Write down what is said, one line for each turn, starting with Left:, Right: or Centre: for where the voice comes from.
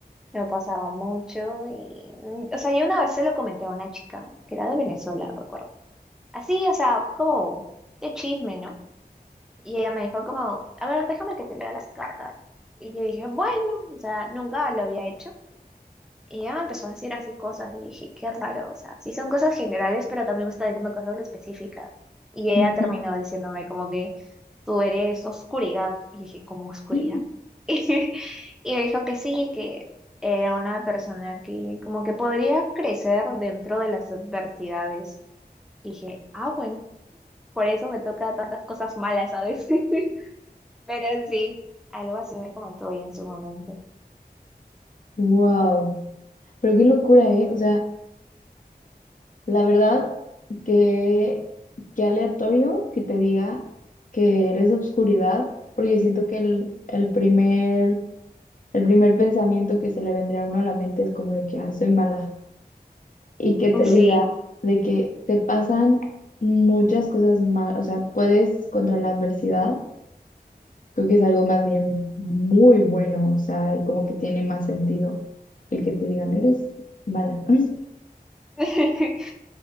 Centre: me pasaba mucho, y, mm, o sea, yo una vez se lo comenté a una chica, que era de Venezuela, recuerdo. Así, o sea, como de chisme, ¿no? Y ella me dijo como, a ver, déjame que te lea las cartas. Y yo dije, bueno, o sea, nunca lo había hecho. Y ella me empezó a decir así cosas y dije, qué raro, o sea, sí son cosas generales, pero también me está diciendo cosas específicas. Y ella
Left: Ujú.
Centre: terminó diciéndome como que tú eres oscuridad. Y dije, ¿cómo oscuridad?
Left: <laughs>
Centre: <laughs> Y, me dijo que sí, que era una persona que como que podría crecer dentro de las adversidades. Y dije, ah, bueno, por eso me toca tantas cosas malas ¿sabes? <laughs> Pero sí, algo así me comentó ella en su momento.
Left: Wow. Pero qué locura, ¿eh? O sea, la verdad, que qué aleatorio que te diga que eres obscuridad, porque siento que el, el primer, el primer pensamiento que se le vendría a uno a la mente es como de que, ah, soy mala. y que te diga
Centre: Sí.
Left: de que te pasan muchas cosas más, o sea, puedes contra la adversidad, creo que es algo más bien muy bueno, o sea, y como que tiene más sentido el que te digan, eres mala. <laughs>
Centre: <laughs>